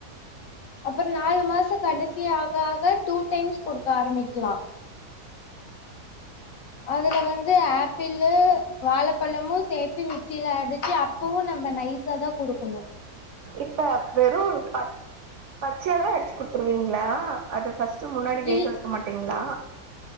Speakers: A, on the left; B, on the right.
A: அப்பறோ நாலு மாச கடைசி ஆக ஆக டூ டைம்ஸ் குடுக்க ஆரம்பிக்லா அதுல வந்து ஆப்பிளு வாழைப்பழமு சேத்து மிக்சில அடிச்சு அப் பவு நம்ப நைஸாதா குடுக்குணு
B: இப்ப வெறு பச் பச்சையாவே அடிச்சு குடுத்துருவீங்களா அத ஃபர்ஸ் ட் முன்னாடி வேக
A: இல்
B: வைக்க மாட்டீங்ளா